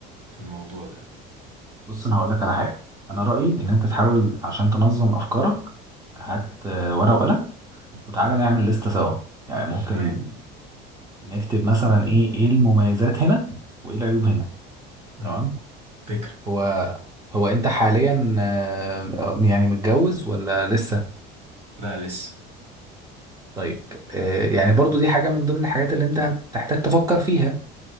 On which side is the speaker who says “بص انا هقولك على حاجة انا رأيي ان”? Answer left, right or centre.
Right